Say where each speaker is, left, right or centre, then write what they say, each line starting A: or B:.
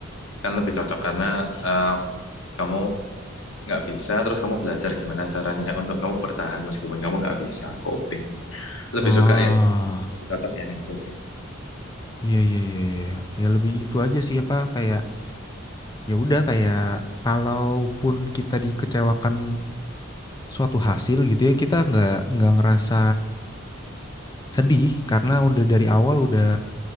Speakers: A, on the left; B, on the left.
A: kan lebih cocok karena eh, kamu nggak bisa, terus kamu belajar gimana caranya untuk kamu bertahan meskipun kamu nggak bisa. Coping. Lebih
B: Oh,
A: suka ya. Lebih cocok yang itu sih.
B: iya iya iya iya. Ya lebih itu aja sih apa kayak ya udah kayak kalaupun kita dikecewakan suatu hasil gitu ya kita nggak nggak ngerasa sedih karena udah dari awal udah